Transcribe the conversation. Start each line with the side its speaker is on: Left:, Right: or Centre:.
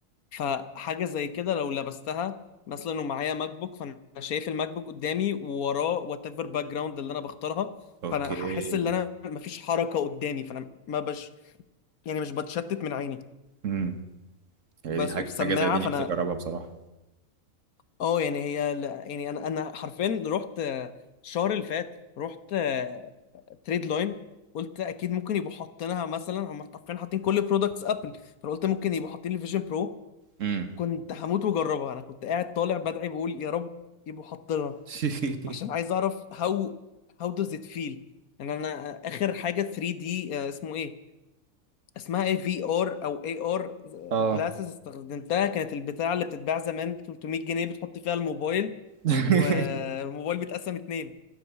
Left: فحاجه زي كده لو لبستها مثلا ومعايا ماك بوك فانا شايف الماك بوك قدامي ووراه وات ايفر باك جراوند اللي انا بختارها
Right: اوكي
Left: فانا هحس ان انا مفيش حركه قدامي فانا ما بش يعني مش بتشتت من عيني
Right: امم هي
Left: بس
Right: دي حاجه
Left: وبسماعه
Right: حاجه زي دي نفسي
Left: فانا
Right: اجربها بصراحه
Left: اه يعني هي ل- يعني انا انا حرفيا رحت آه، الشهر اللي فات رحت آه، تريد لاين قلت اكيد ممكن يبقوا حاطينها مثلا هم حرفيا حاطين كل برودكتس ابل فانا قلت ممكن يبقوا حاطين الفيجن برو
Right: امم
Left: كنت هموت واجربها انا كنت قاعد طالع بدعي بقول يا رب يبقوا حاطينها
Right: <laughs>
Left: عشان عايز اعرف هاو هاو does it feel يعني انا آه، اخر حاجه 3 دي آه، اسمه ايه اسمها ايه في ار او اي ار
Right: اه
Left: جلاسز استخدمتها كانت البتاع اللي بتتباع زمان ب 300 جنيه بتحط فيها الموبايل
Right: <laughs>
Left: والموبايل بيتقسم اتنين